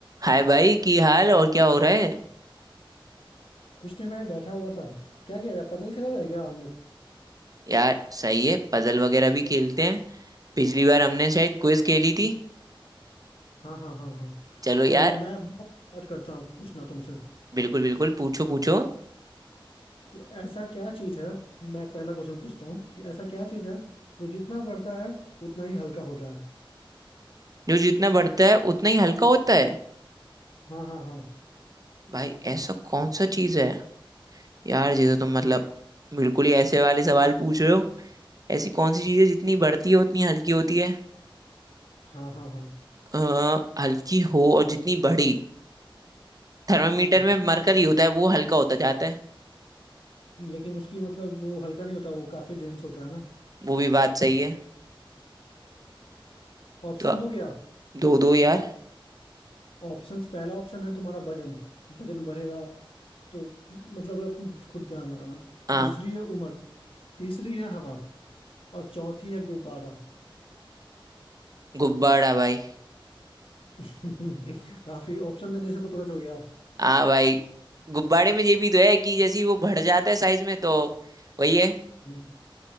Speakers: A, on the right; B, on the left.
A: हाय भाई की हाल और क्या हो रहा है
B: कुछ नहीं मैं बैठा हुआ था क्या किया जाए पजल खेला जाए क्या हम लोग
A: यार सही है पजल वगैरह भी खेलते हैं पिछली बार हमने शायद क्विज खेली थी
B: हाँ हाँ हाँ हाँ
A: चलो यार
B: तो मैं स्टार्ट करता हूँ पूछना तुमसे
A: बिल्कुल बिल्कुल पूछो पूछो
B: तो ऐसा क्या चीज है मैं पहला क्वेश्चन पूछता हूँ कि ऐसा क्या चीज है जो जितना बढ़ता है उतना ही हल्का होता है
A: जो जितना बढ़ता है उतना ही हल्का होता है
B: हाँ हाँ हाँ
A: भाई ऐसा कौन सा चीज है यार जिसे तुम मतलब बिल्कुल ही ऐसे वाले सवाल पूछ रहे हो ऐसी कौन सी चीज है जितनी बढ़ती है उतनी हल्की होती है
B: हाँ हाँ हाँ
A: आ, हल्की हो और जितनी बड़ी थर्मामीटर
B: हम्म
A: में मरकरी होता है वो हल्का होता जाता है
B: लेकिन उसकी मतलब वो हल्का नहीं होता वो काफी डेंस होता है ना
A: वो भी बात सही है
B: ऑप्शंस
A: तो
B: दो क्या
A: दो दो यार
B: ऑप्शंस पहला ऑप्शन है तुम्हारा वजन वजन बढ़ेगा तो मतलब अब खुद ध्यान लगाना
A: हाँ
B: दूसरी है उम्र तीसरी है हवा और चौथी है गुब्बारा
A: गुब्बारा भाई
B: <laughs> काफी ऑप्शन देने से तो पता चल गया
A: हाँ भाई गुब्बारे में ये भी तो है कि जैसे ही वो बढ़ जाता है साइज में तो वही है
B: हम्म,